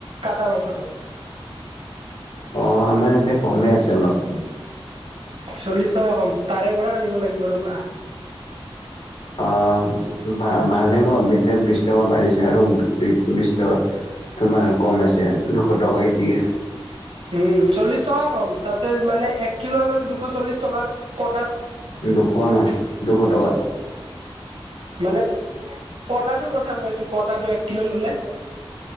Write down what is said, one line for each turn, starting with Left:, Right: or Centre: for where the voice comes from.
Right: কাটা মাংসটো?
Left: অ' আমাৰ ইয়াতে কমেই আছে অলপ।
Right: চল্লিছ টকা কম, তাৰে পৰা আনিব লাগিব ৰ'বা।
Left: অ, ভা ভালে কম এতিয়া বিশ টকা বাঢ়িছে আৰু বিশ টকা তোমাৰ কম আছে দুশ টকাকৈ দিয়ে।
Right: উম, চল্লিশ টকা কম, তাতে মানে এক- কিলোত ল'লে দুশ চল্লিছ টকা, কটাটো
Left: দুশ ন দুশ টকা।
Right: মানে কটাটোৰ কথা কৈছোঁ, কটাটো এক কিলো ললে।